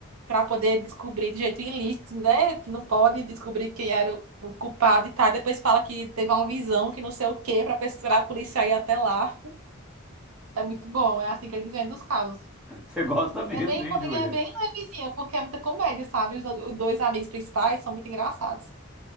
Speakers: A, on the right; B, in the centre.
A: pra poder descobrir de jeito ilícito, né? Tu não pode descobrir quem era o, o culpado e tal. E depois fala que teve uma visão, que não sei o que pra, pessoa- pra polícia ir até lá. É muito bom, é assim que eles vêm dos casos.
B: Você gosta mesmo,
A: E é bem,
B: hein, Júlia?
A: e é bem levezinha, porque é muita comédia, sabe? Os, do- os dois amigos principais são muito engraçados.